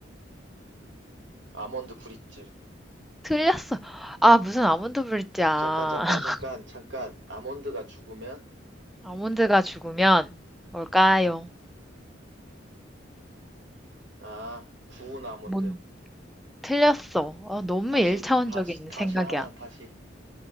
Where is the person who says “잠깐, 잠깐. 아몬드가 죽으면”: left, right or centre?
Right